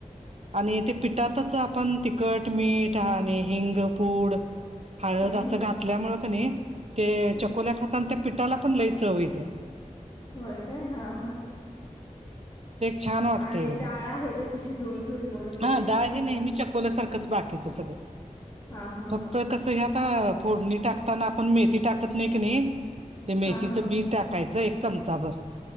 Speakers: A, on the right; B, on the left.
A: आणि ते पिठातच आप. पण तिखट मीठ ह आणि हिंगपूड हळद
B: हम्म
A: असं
B: हम्म
A: घातल्यामुं क नाही. ते
B: हम्म
A: चकोल्या खाताना त्या पिठाला पण लईच हव येत्या.
B: होय काय हा हा.
A: ते एक छान वाटतं
B: आणि
A: एकदम
B: डाळ आहे तशी शिजवून घेऊन मगच द्यायची
A: हा डाळ
B: ना फोडणी
A: हे नेहमीच्या खोल्यासारखंच. बाकीच सगळं
B: हा हा
A: फक्त
B: हा
A: कसं हे आता. फोडणी टाकताना आपण मेथी टाकत नाही का नाही ते मेथीचं
B: हा हा
A: बी टाक टका एक चमचा भ